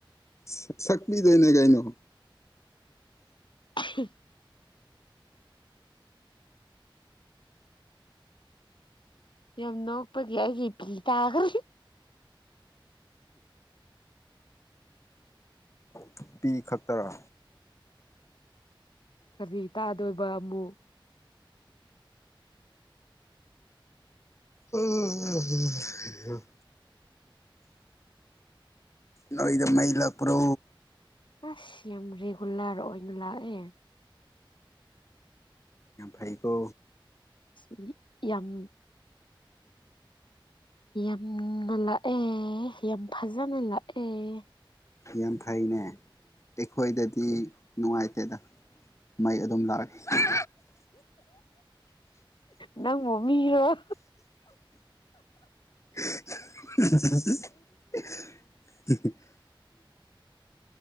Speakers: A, on the left (about 35°); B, on the left (about 65°).
A: ꯁ ꯁ ꯃꯤꯕꯤꯗꯣꯏꯅꯦ ꯀꯥꯏꯅꯣ
B: ꯑꯍꯤ <inaudible> ꯌꯥꯝꯅꯣꯄꯗꯤ ꯍꯥꯏꯒꯤꯠ ꯇꯒ꯭ꯔ
A: ꯅꯨꯄꯤꯤ ꯈꯛꯇꯔꯥ
B: ꯀꯔꯤ ꯇꯥꯗꯣꯏꯕ ꯑꯃꯃꯨ
A: ꯑꯣ ꯅꯣꯏꯗ ꯃꯩꯂ ꯄ꯭ꯔꯣ
B: ꯑꯁ ꯌꯥꯝ ꯔꯤꯒꯨꯂꯔ ꯑꯣꯏꯅ ꯂꯥꯛꯑꯦ
A: ꯇꯐꯥꯏꯀ
B: ꯁꯤ ꯑꯦꯝ ꯌꯥꯝꯅ ꯂꯥꯛꯑꯦ ꯌꯥꯝ ꯐꯖꯅ ꯂꯥꯛꯑꯦ
A: ꯌꯥꯝ ꯐꯩꯅꯦ ꯑꯩꯈꯣꯏꯗꯗꯤ ꯅꯨꯡꯉꯥꯏꯇꯦꯗ ꯃꯩ ꯑꯗꯨꯝ ꯂꯥꯛꯑꯦ
B: ꯅꯪ ꯃꯃꯤꯒꯔꯣ
A: ꯑꯍꯥꯍꯥꯍꯥ <inaudible>